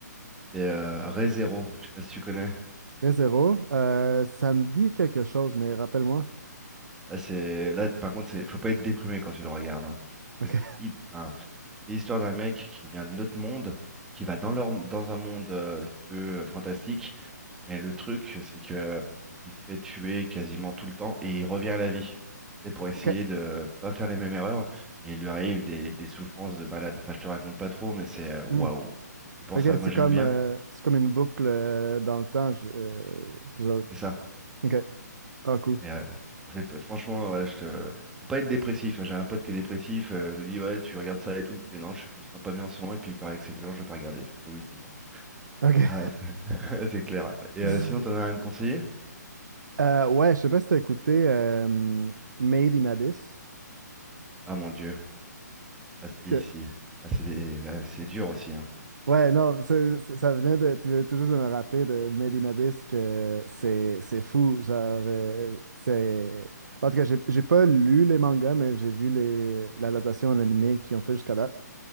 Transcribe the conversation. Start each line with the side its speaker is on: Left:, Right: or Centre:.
Centre: C'est euh, Re Zero, je sais pas si tu connais.
Right: Ray euh, ça me dit quelque chose, mais rappelle-moi.
Centre: Là c'est... Là, par contre, c'est... faut pas être déprimé quand tu le regardes. hein. Parce
Right: OK.
Centre: que c'est hip- enfin, c'est l'histoire d'un mec qui vient de notre monde, qui va dans leur... dans un monde, euh, si tu veux, fantastique. Mais le truc, c'est que il se fait tuer quasiment tout le temps et il revient à la vie. C'est pour essayer
Right: <laughs> OK.
Centre: de pas faire les mêmes erreurs. Et il lui arrive des, des souffrances de malade. Enfin, je te raconte pas trop, mais c'est euh, waouh.
Right: Mm.
Centre: C'est pour
Right: OK,
Centre: ça, moi
Right: c'est
Centre: j'aime
Right: comme,
Centre: bien.
Right: euh, c'est comme une boucle euh, dans le temps. je- euh, c'est genre-
Centre: C'est ça.
Right: OK. Ah, cool.
Centre: Et, euh, ça fait pe- franchement, ouais, je te... faut pas être dépressif. hein. J'ai un pote qui est dépressif. euh, je lui dis, ouais, tu regardes ça et tout. Il me fait, non, je me sens pas bien en ce moment. Et puis il paraît que c'est violent, je vais pas regarder. Je fais, oui, c'est bien.
Right: OK.
Centre: Bref, <laughs> c'est clair. Et
Right: <laughs>
Centre: euh, sinon, t'en as rien à me conseiller?
Right: Euh, ouais, je sais pas si t'as écouté euh, Made in Abyss.
Centre: Ah mon Dieu. Ah si,
Right: que
Centre: si. Ah, c'est des- ah, c'est dur aussi, hein.
Right: Ouais, non, c'est- c'est- ça venait de. Tu venais tout juste de me rappeler de Medina Bis que c'est c'est fou. Genre, euh, c'est. En tout cas, j'ai j'ai pas lu les mangas, mais j'ai vu les- l'adaptation en animé qu'ils ont fait jusqu'à date.